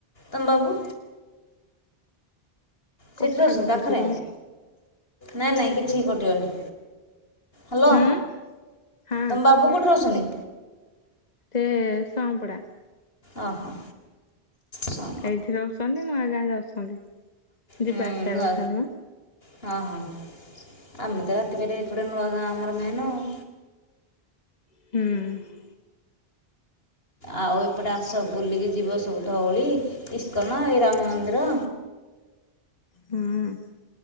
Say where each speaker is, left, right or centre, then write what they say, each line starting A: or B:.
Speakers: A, on the left; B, on the left.
A: ତମ ବାବୁ। ସେଇଠି
B: କଥା
A: ରହୁଛନ୍ତି
B: କଟୁଛି
A: ପାଖରେ।
B: କଣ କି
A: ନାଇଁ ନାଇଁ କିଛି ହିଁ କଟିବନି ହାଲୋ।
B: ହୁଁ ହଁ
A: ତମ ବାବୁ କୋଉଠି ରହୁଛନ୍ତି।
B: ସେ ସଂପଡ଼ା।
A: ଅ ହଁ ସଂ।
B: ଏଇଠି ରହୁଛନ୍ତି ନୂଆ ଗାଁ ଯାଉଛନ୍ତି। ଯିବା
A: ହୁଁ
B: ଆସିବା
A: ନୂଆ।
B: କରୁଛନ୍ତି ମ
A: ହଁ ହଁ ଆମେ ତ ରାତି ପାହିଲେ ହେଇପଟେ ନୂଆ ଗାଁ ଆମର ମେନ ଆଉ।
B: ହୁଁ।
A: ଆଉ ଏପଟେ ଆସ ବୁଲିକି ଯିବ ସବୁ ଧଉଳି ଇସ୍କନ ଏଇ ରାମ ମନ୍ଦିର।
B: ହୁଁ